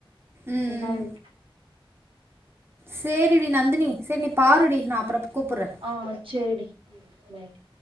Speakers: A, on the right (about 25°); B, on the right (about 70°).
A: ம்
B: என்னதுக்கு
A: ம் சேரிடி நந்தினி சேரி நீ பாருடி நா அப்றோம் கூப்புர்றேன்
B: அ சேர் சேர்டி பைடி